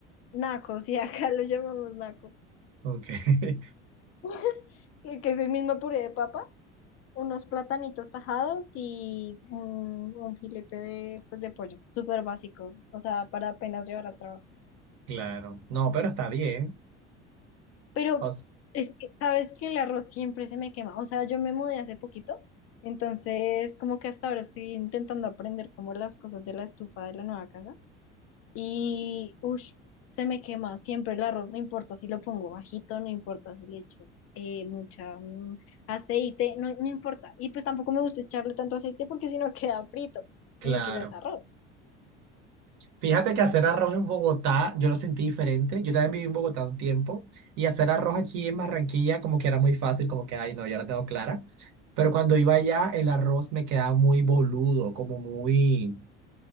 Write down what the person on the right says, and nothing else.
Ok, <laughs>
claro. No, pero está bien.
O
Claro.
Fíjate que hacer arroz en Bogotá, yo lo sentí diferente. Yo también viví en Bogotá un tiempo y hacer arroz aquí en Barranquilla como que era muy fácil, como que, ay, no, ya la tengo clara. Pero cuando iba allá, el arroz me quedaba muy boludo, como muy,